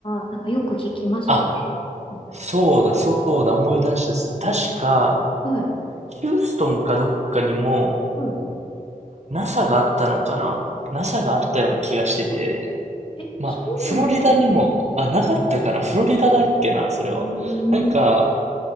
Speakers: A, on the left; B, on the right.
A: あ、なんかよく聞きますよね。
B: あ、
A: うん
B: そうだ、そうだ、思い出したっす。確か、
A: はい、
B: ヒューストンかどっかにも、
A: はい。
B: NASA があったのかな ?NASA があったような気がしてて、
A: あ、え、
B: まあ、
A: そうなんですね。
B: フロリダにも、あ、なかったかなフロリダだっけな、
A: うん。
B: それは。
A: うーん。
B: なんか、